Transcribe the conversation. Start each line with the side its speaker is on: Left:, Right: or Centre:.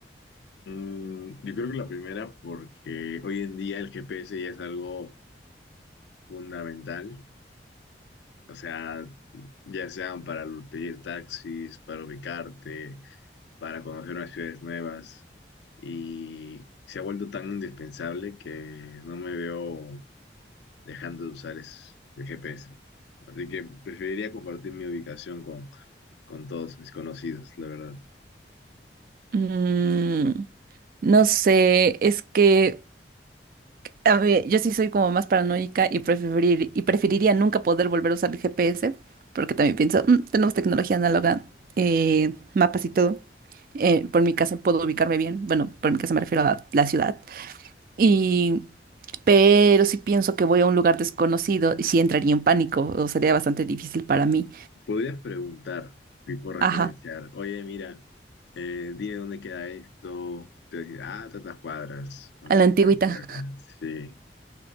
Left: Mm, yo creo que la primera, porque hoy en día el GPS ya es algo fundamental, o sea, ya sean para pedir taxis, para ubicarte, para conocer unas ciudades nuevas, y se ha vuelto tan indispensable que no me veo dejando de usar es- el GPS. Así que preferiría compartir mi ubicación con, con todos mis conocidos, la verdad.
Right: Mm, no sé, es que a ver, yo sí soy como más paranoica y preferir, y preferiría nunca poder volver a usar el GPS, porque también pienso, "Mm, tenemos tecnología análoga, eh, mapas y todo. Eh, por mi casa puedo ubicarme bien, bueno, por mi casa me refiero a la ciudad. Y, pero si pienso que voy a un lugar desconocido, sí entraría en pánico, o sería bastante difícil para mí.
Left: Podrías preguntar, tipo referenciar,
Right: Ajá,
Left: oye, mira, eh, dime dónde queda esto, te va a decir, ah, tantas cuadras, o
Right: a
Left: no,
Right: la antigüita.
Left: mira, por acá, sí.